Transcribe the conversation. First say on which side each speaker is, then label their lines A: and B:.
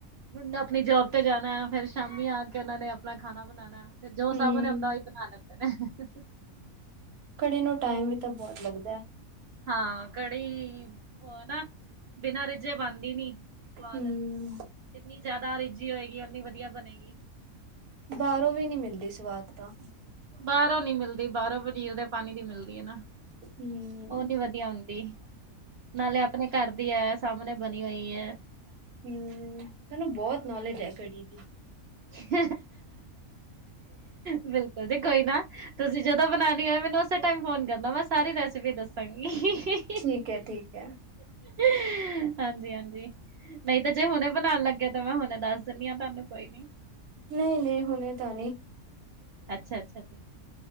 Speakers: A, on the right (about 60°); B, on the right (about 80°).
A: ਹੁਣ ਆਪਣੀ ਜੋਬ ਤੇ ਜਾਣਾ, ਫੇਰ ਸ਼ਾਮੀ ਆ ਕੇ ਉਹਨਾਂ ਨੇਂ ਆਪਣਾ ਖਾਣਾ ਬਣਾਣਾ। ਫੇਰ ਜੋ ਸਾਮਣੇ
B: ਹੂੰ,
A: ਨੇਂ ਹੁੰਦਾ, ਉਹੀ ਬਣਾ ਲੈਂਦੇ ਨੇਂ। <unintelligible>
B: ਕੜੀ ਨੂੰ ਟਾਈਮ ਵੀ ਤਾਂ ਬਹੁਤ ਲੱਗਦਾ ਐ।
A: ਹਾਂ, ਕੜੀ, ਉਹ ਨਾਂ ਬਿਨਾਂ ਰਿੱਝੇ ਬਣਦੀ ਨੀਂ ਸਵਾਦ
B: ਹੂੰ।
A: ਜਿੰਨੀ ਜ਼ਿਆਦਾ ਰਿੱਝੀ ਹੋਏਗੀ, ਓਨੀ ਵਧੀਆ ਬਣੇਗੀ।
B: ਬਾਹਰੋਂ ਵੀ ਨ੍ਹੀਂ ਮਿਲਦੀ ਸਵਾਦ ਤਾਂ
A: ਬਾਹਰੋਂ ਨੀਂ ਮਿਲਦੀ ਬਾਹਰੋਂ ਪਨੀਰ ਦੇ ਪਾਣੀ ਦੀ ਮਿਲਦੀ ਐ ਨਾਂ,
B: ਹੂੰ।
A: ਉਹ ਨੀਂ ਵਧ <unintelligible> ਹੁੰਦੀ ਨਾਲੇ ਆਪਣੇ ਘਰ ਦੀ ਹੈ, ਸਾਹਮਣੇ ਬਣੀ ਹੋਈ ਐ।
B: ਹਂ, ਤੁਹਾਨੂੰ ਬਹੁਤ ਨੌਲੇਜ ਐ, ਕੜੀ ਦੀ।
A: <unintelligible> ਬਿਲਕੁਲ ਜੀ, ਕੋਈ ਨਾਂ। ਤੁਸੀਂ ਜਦੋਂ ਬਣਾਉਣੀ ਹੋਏ, ਮੈਨੂੰ ਉਸੇ ਟਾਈਮ ਫੋਨ ਕਰਨਾਂ, ਮੈਂ ਸਾਰੀ ਰੈਸਪੀ ਦੱਸਾਂਗੀ। <unintelligible>
B: ਠੀਕ ਏ, ਠੀਕ ਐ।
A: <unintelligible> ਹਾਂਜੀ, ਹਾਂਜੀ। ਨਈਂ ਤੇ ਜੇ ਹੁਣੇ ਬਣਾਉਣ ਲੱਗੇ ਔ ਤਾਂ ਮੈਂ ਹੁਣੇ ਦੱਸ ਦਿੰਣੀ ਆਂ ਤੁਹਾਨੂੰ। ਕੋਈ ਨੀਂ
B: ਨਈਂ, ਨਈਂ ਹੁਣੇ ਤਾਂ ਨਈਂ
A: ਅੱਛਾ, ਅੱਛਾ।